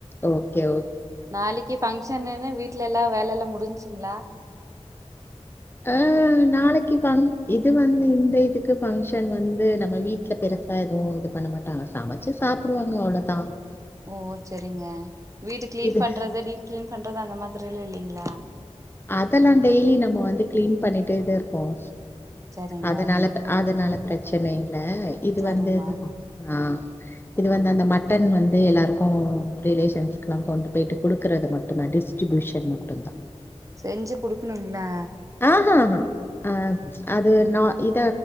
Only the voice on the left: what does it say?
ஓகே ஓ
அஹ் நாளைக்கு இது வந்து இந்த இதுக்கு பங்க்ஷன் வந்து நம்ம வீட்டு்ல பெருசா எதுவும் இது பண்ண மாட்டாங்க சமைச்சு சாப்புடுவாங்க அவ்ளவுதா
இது
அதெல்லாம் டெய்லி நம்ம வந்து கிளீன் பண்ணிட்டேத இருக்கோம்
அதனால அதனால பிரச்சனை இது
வந்து ஆஹ் இது வந்து அந்த மட்டன் வந்து எல்லாருக்கும் ரிலேஷன்ஸ்க எல்லாம் கொண்டு போயிட்டு குடுக்கறது மட்டுும்்தான் டிஸ்ட்ரிபியூஷன் மட்டுும் தான்
ஆஹாஹா அஹ் அது ந இத